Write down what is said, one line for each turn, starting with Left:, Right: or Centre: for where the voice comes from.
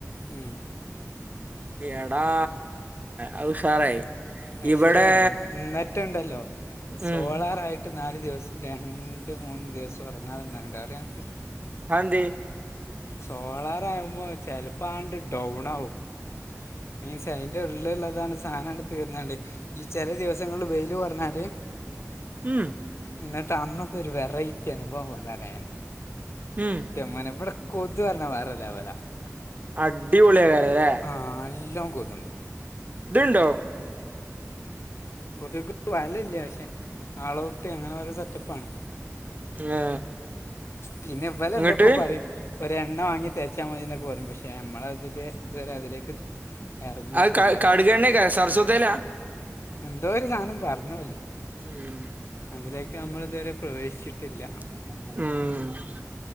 Left: ഉം
Right: എടാ അത് ഉഷാറായി
Left: പക്ഷേ
Right: ഇവിടെ
Left: ഇന്നട്ടൊണ്ടല്ലോ സോളാറ
Right: ഉം
Left: <unintelligible> മ നാല് ദിവസം നാല് ദിവസ രണ്ട് മൂന്ന് ദിവസം ഉറങ്ങാതെന്നണ്ട് അറിയോ ഞങ്ങക്ക്
Right: അത് എന്തേയ്‌
Left: സോളാറാകുമ്പോ ചെലപ്പോ ആണ്ട് ഡൗണാവും മീൻസ് അതിന്റെ ഉള്ളിലുള്ളതാണ് സാധനങ്ങൊട് തീർന്നണ്ട് ഈ ചില ദിവസങ്ങളില് വെയില് കുറഞാല്
Right: ഉം
Left: ന്നിട്ട് അന്നത്തെ ഒരു വെറൈറ്റി അനുഭവം പറയാന്
Right: ഇം
Left: മനെ ഇവിടെ കൊതു പറഞ്ഞാ വേറലവല
Right: അടിപൊളിയ് ക്കാര്യം ലേ
Left: ആ നാല്ലൊ കൊതുണ്ട്
Right: ഇത്ണ്ടോ
Left: കൊതു വല ഇല്ല പക്ഷെ ആളഔട്ട് അങ്ങനെ ഒരു സെറ്റപ്പണ്
Right: ഏ
Left: പിന്നെ ഇവലെ
Right: ഇങ്ങട്ട്
Left: എന്തൊക്കെ പറയും ഒ രഎണ്ണ വാങ്ങി തേച്ചാൽ മതി എന്നൊക്കെ പോരും പക്ഷെ നമ്മളതി ഇതുവരെ അതിലേക്ക് ഇറങ്ങിയിട്ടില്ല
Right: അ കാടുകണ്ണെക്ക സരസ്വതയിലാ
Left: എന്തോ ഒരു സാധനം പറഞ്ഞോല്
Right: ഇം
Left: അതിലേക്ക് നമ്മൾ ഇതുവരെ പ്രവേശിച്ചിട്ടില്ല
Right: ഇം